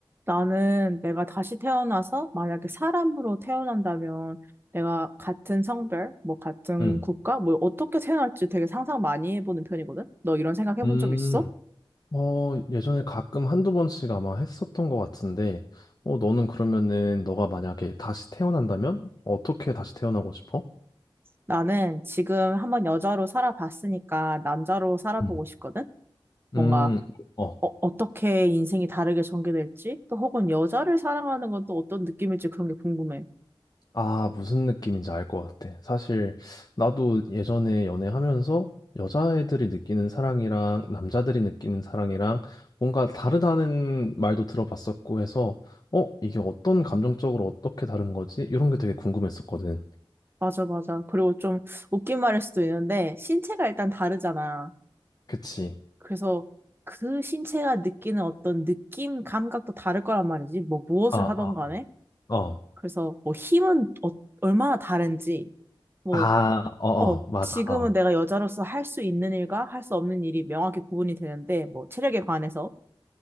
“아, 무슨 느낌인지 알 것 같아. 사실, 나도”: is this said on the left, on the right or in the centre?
Left